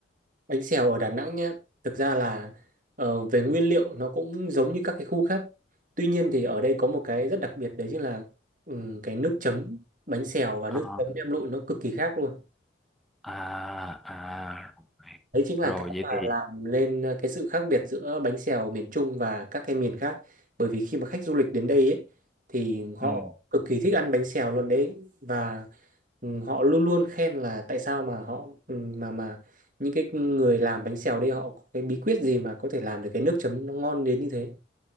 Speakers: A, on the right; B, in the centre.
A: Bánh xèo ở Đà Nẵng nhé, thực ra là ờ, về nguyên liệu nó cũng giống như các cái khu khác. Tuy nhiên thì ở đây có một cái rất đặc biệt đấy chính là ừm, cái nước chấm bánh xèo và
B: Ờ,
A: nước chấm nem lụi nó cực kỳ khác luôn.
B: à à
A: Đấy chính là
B: rồi
A: cái
B: vậy
A: mà
B: thì
A: làm lên ờ, cái sự khác biệt giữa bánh xèo miền Trung và các cái miền khác. Bởi vì khi mà khách du lịch đến đây ấy, thì họ
B: ừ,
A: cực kỳ thích ăn bánh xèo luôn đấy và ừ, họ luôn luôn khen là tại sao mà họ ừ, mà mà những cái người làm bánh xèo đây họ có cái bí quyết gì mà có thể làm được cái nước chấm nó ngon đến như thế.